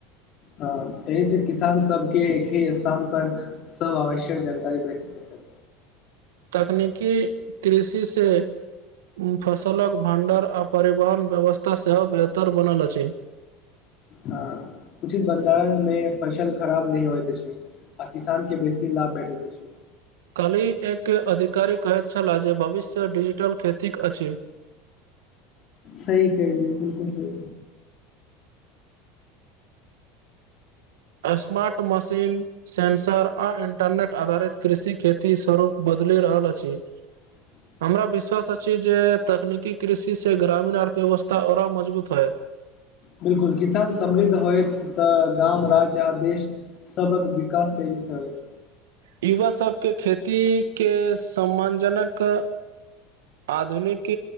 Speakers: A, on the left; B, on the right.
A: हं एहिसँ किसानसभके एक हि स्थानपर सब आवश्यक जानकारी भेठि सकत
B: तकनीकी कृषि से उॅं फसलक भण्डर आ परिवहन व्यवस्था सेहो बेहतर बनल अछि
A: हा उचित भण्डारण मे फसल खराब नहि होइत अछि आ किसान के बेसी लाभ भेटैत अछि
B: कल्हि एक अधिकारी कहैत छलाह जे भविष्य डिजिटल खेतीक अछि
A: सहि <unintelligible> बिलकुल सहि
B: अस्मार्ट मशीन सेंसर आ इंटरनेट आधारित कृषि खेती स्वरूप बदले रहल अछि
A: <inaudible>
B: हमरा विश्वास अछि जे तकनीकी कृषि से ग्रामीण अर्थव्यवस्था औरा मजबूत होयत
A: बिलकुल किसान समृद्ध होयत तऽ गाम राज्य आ देश सबभक बिकास तेजी सॅं <unintelligible>
B: युवा सभके खेती के सम्मानजनक आधुनिक